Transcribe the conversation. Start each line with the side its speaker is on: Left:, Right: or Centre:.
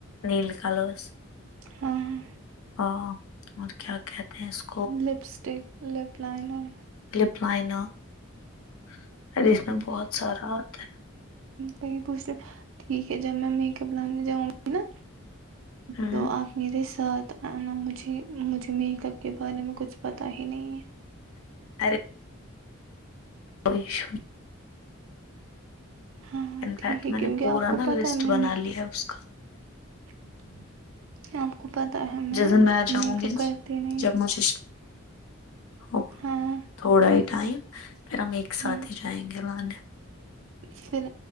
Left: نیل کلز
Right: ہاں
Left: ا اور کیا کہتے ہیں اس کو
Right: لپسٹک لپ لائنر
Left: فائن ار اس میں بہت سرا ہوتا ہے
Right: م پوچھنے ٹھیک ہے ج میں میک اپ لانے جاؤںی نا
Left: ہے ہوں
Right: تو آپ میرے س ن مجھے مجھے میک اپ کے بارے میں کچھ پتا ہی نہیں ہے
Left: ارے <inaudible>
Right: ہاں
Left: انفیکٹ
Right: ٹھیک ہے
Left: میں
Right: کیونکہ
Left: نے پورا
Right: آپ کو
Left: نا
Right: پتہ
Left: لسٹ
Right: ہے میں
Left: بنا لیا ہے اس کا
Right: <unintelligible> آپ کو پتا ہے میں
Left: جس دن آ جاؤں
Right: میک
Left: گی
Right: اپ
Left: نا
Right: کرتی نہیں
Left: جب مجھے ہوگا
Right: ہاں
Left: تھوڑا ہی ٹائم پھر ہم ایک ساتھ
Right: ہاں
Left: ہی جائیں گے لانے
Right: پھر